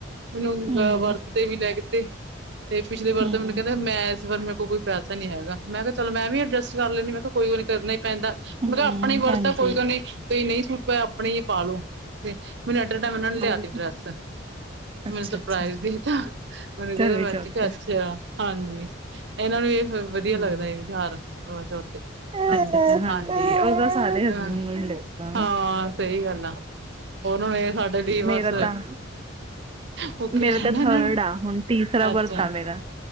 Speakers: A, on the right; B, on the right.
A: ਮੈਨੂੰ ਅ
B: ਹੂੰ
A: ਵਰਤ ਤੇ ਵੀ ਲੈ ਕੇ ਦਿੱਤੇ। 'ਤੇ ਪਿਛਲੇ ਵਰਤ
B: ਹੂੰ
A: ਤੇ ਮੈਨੂੰ ਕੈਂਦੇ ਮੈ ਸਰ, ਮੇਰੇ ਕੋਲ ਕੋਈ ਪੈਸਾ ਨੀ ਹੈਗਾ, ਮੈ ਕੇਆ, ਚਲ ਮੈਂ ਵੀ ਅਡਜਸਟ ਕਰ ਲੈਂਨੀ, ਮੈਂ ਕੇਆ ਕੋਈ ਗਲ ਨੀ ਕਰਨਾ ਈ ਪੈਂਦਾ।।
B: ਹੂੰ
A: ਮਤਲਬ ਆਪਨਾ ਈ ਵਰਤ
B: ਹਾਂਜੀ
A: ਆ, ਕੋਈ ਗੱਲ ਨੀ, ਕਈ ਨਈ ਸੂਟ ਪਾਇਆ ਆਪਨਾ ਈ ਪਾ ਲੋੋ, 'ਤੇ ਮੈਨੂੰ ਐਡਾ ਵਡਾ ਏੰਨਾ ਨੇ ਲਿਆ
B: ਹੋਰ
A: ਤੀ
B: ਕੀ।
A: ਡਰੈਸ,
B: ਅੱਛਾ
A: ਮੈਨੂੰ ਸਰਪ੍ਰਾਈਜ਼
B: ਅੱਛਾ
A: ਦੇ ਤਾ। ਮੈਨੂੰ ਕੈਂਦਾ,
B: ਕਰਵੀ
A: ਮੈ
B: ਚੌਥ
A: ਹਸਤੀ ਘਾਸ
B: ਤੇ
A: 'ਚ ਹਾਂ, ਹਾਂਜੀ, ਏੰਨਾਂ ਨੂੰ ਏਅ ਫਿਰ
B: ਹੂੰ
A: ਵਦੀਆ ਲੱਗਦਾ ਏਅ ਤੇਂਓਹਾਰ। ਕਰਵਾਚੋਥ 'ਤੇ?
B: ਅੱਛਾ
A: ਆਹੋ,
B: ਅੱਛਾ
A: ਹਾਂਜੀ,
B: ਉਹਦਾ ਸਾਰੇ ਹਸਬੈਂਡ
A: ਹਾਰ।
B: ਨੂੰ ਹੀ ਲੱਗਦਾ ਨਾ।
A: ਸਹੀ ਗੱਲ ਆ। ਓਨਾਂ ਨੂੰ ਏਅ ਸਾਡੇ ਲਈ
B: ਮੇਰਾ
A: ਵਸ,
B: ਤਾਂ
A: ਭੁੱਖੇ
B: ਮੇਰਾ
A: ਰਹਿਨਾ
B: ਤਾਂ ਥਰਡ
A: ਇੰਨਾਂ ਨੇ,
B: ਆ ਹੁਣ ਤੀਸਰਾ
A: ਅੱਛਾ।
B: ਵਰਤ ਆ ਮੇਰਾ